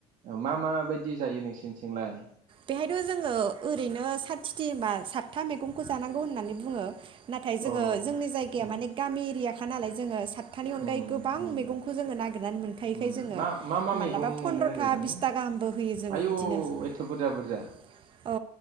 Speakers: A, on the right; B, on the right.
A: ओ मा माबायदि जायो नोंसोरनिथिंलाय?
B: बेहायथ' जोङो ओरैनो साथिथि होनबा सातथा मैगंखौ जानांगौ होननानै बुङो। नाथाय जोङो
A: अ
B: जोंनि जायगाया
A: उम
B: माने गामि एरिया खा नालाय जोङो साथ थानि अनगायै
A: उम
B: गोबां
A: उम
B: मैगंखौ जोङो नागिरनानै मोनखायोखाय
A: उम
B: जोङो
A: मा मा मा मैगं
B: मालाबा फन्द्रथा
A: मोनो ओरैनो
B: बिसथा गाहामबो होयो जोङो
A: आयौ
B: बिदिनो।
A: एथ' बुरजा
B: औ
A: बुरजा